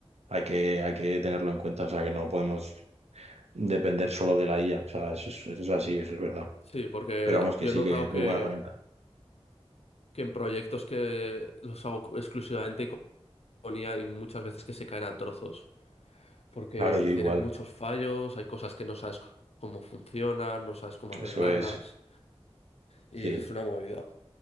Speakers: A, on the right; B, on the left.
A: hay que, hay que tenerlo en cuenta. O sea, que no podemos depender solo de la IA. O sea, eso es, eso es así, eso es verdad.
B: sí, porque
A: Pero vamos, que
B: yo
A: sí
B: he notado
A: que es
B: que,
A: muy buena herramienta.
B: que en proyectos que los hago exclusivamente y hay muchas veces que se caen a trozos, porque
A: Claro, yo igual.
B: tienen muchos fallos, hay cosas que no sabes c- cómo funcionan, no sabes cómo arreglarlas,
A: Eso es.
B: y
A: Sí.
B: es una movida.